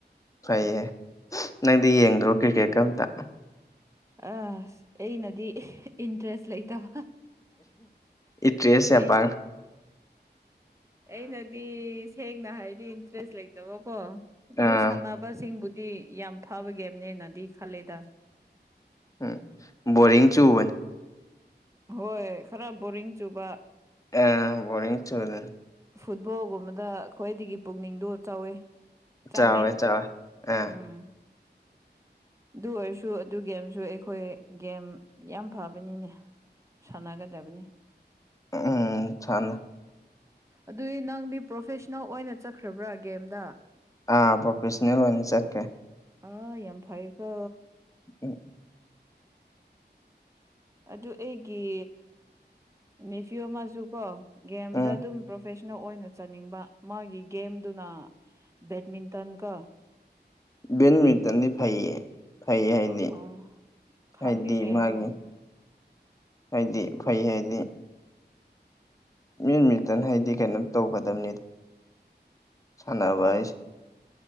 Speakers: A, on the left; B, on the right.
A: ꯐꯩꯌꯦ ꯅꯪꯗꯤ ꯌꯦꯡꯗ꯭ꯔꯣ ꯀ꯭ꯔꯤꯀꯦꯠꯀ ꯑꯃꯝꯇ
B: ꯑ ꯑꯩꯅꯗꯤ ꯏꯟꯇꯔꯦꯁ ꯂꯩꯇꯕ
A: ꯏꯠꯇꯦ ꯆ ꯌꯥꯝꯄꯥꯡ
B: ꯑꯩ ꯑꯩꯅꯗꯤ ꯁꯦꯡꯅ ꯍꯥꯏꯗꯤ ꯏꯟꯇꯔꯦꯁ ꯂꯩꯇꯕꯀꯣ ꯑꯗꯨ
A: ꯑꯥ
B: ꯁꯥꯟꯅꯕꯁꯤꯡꯕꯨꯗꯤ ꯌꯥꯝ ꯐꯕ ꯒꯦꯝꯅꯦꯅꯗꯤ ꯈꯜꯂꯦꯗ
A: ꯎꯝ ꯕꯣꯔꯤꯡ ꯆꯨꯕꯅꯤ
B: ꯍꯣꯏ ꯈꯔ ꯕꯣꯔꯤꯡ ꯆꯨꯕ
A: ꯑꯦ ꯕꯣꯔꯡ ꯆ ꯑꯣꯏꯗ
B: ꯐꯨꯠꯕꯣꯜꯒꯨꯝꯕꯗ ꯈ꯭ꯋꯥꯏꯗꯒꯤ ꯄꯨꯛꯅꯤꯡꯗ ꯆꯥꯎꯋꯤ ꯆꯥꯡꯉꯦ
A: ꯆꯥꯎꯋꯦ ꯆꯥꯎꯋꯦ ꯑ
B: ꯎꯝ ꯑꯗꯨ ꯑꯣꯏꯔꯁꯨ ꯑꯗꯨꯒꯤꯒꯦꯝꯦꯝꯁꯨ ꯑꯩꯈꯣꯏ ꯒꯦꯝ ꯌꯥꯝ ꯐꯕꯅꯤꯅꯦ ꯁꯥꯟꯅꯒꯗꯕꯅꯤ
A: ꯎꯝ ꯁꯅ
B: ꯑꯗꯨꯗꯤ ꯅꯪꯗꯤ ꯄ꯭ꯔꯣꯐꯦꯁꯅꯦꯜ ꯑꯣꯏꯅ ꯆꯠꯈ꯭ꯔꯕ꯭ꯔꯥ ꯒꯦꯝꯗ
A: ꯑꯥ ꯄ꯭ꯔꯣꯐꯦꯁꯅꯦꯜ ꯑꯣꯏꯅ ꯆꯠꯀꯦ
B: ꯑꯥ ꯌꯥꯝ ꯐꯩꯀꯣ
A: ꯎ
B: ꯑꯗꯨ ꯑꯩꯒꯤ ꯅꯅꯤꯐꯤꯌꯣ ꯃꯆꯨꯀꯣ ꯒꯦꯝꯗ
A: ꯎꯝ
B: ꯑꯗꯨꯝ ꯄ꯭ꯔꯣꯐꯦꯁꯅꯦꯜ ꯑꯣꯏꯅ ꯆꯥꯅꯤꯡꯕ ꯃꯥꯒꯤ ꯒꯦꯝꯗꯨꯅ ꯕꯦꯠꯃꯤꯟꯇꯟꯒ
A: ꯕꯦꯠꯃꯤꯟꯇꯟꯗꯤ ꯐꯩꯌꯦ ꯐꯩ ꯍꯥꯏꯗꯤ
B: ꯑ ꯑꯣ ꯈꯪꯗꯦꯅꯦ
A: ꯍꯥꯏꯗꯤ ꯃꯥꯒꯤ
B: ꯑꯗꯨ
A: ꯍꯥꯏꯗꯤ ꯐꯩ ꯍꯥꯏꯗꯤ ꯃꯤꯠꯃꯤꯇꯟ ꯍꯥꯏꯗꯤ ꯀꯩꯅꯣꯝ ꯇꯧꯒꯗꯕꯅꯤꯗ ꯁꯥꯟꯅꯕꯥꯏ